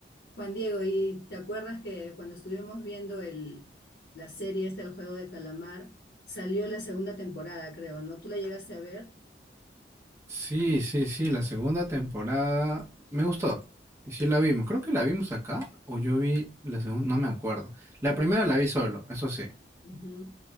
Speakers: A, on the left; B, on the right.
A: Juan Diego, ¿y te acuerdas que cuando estuvimos viendo el, la serie esta, El Juego de Calamar, salió la segunda temporada, creo, ¿no? ¿Tú la llegaste a ver?
B: Sí, sí, sí, la segunda temporada me gustó. Y sí la vimos. Creo que la vimos acá o yo vi la segunda, no me acuerdo. La
A: No,
B: primera
A: tú-
B: la vi solo, eso sí.
A: Ujú.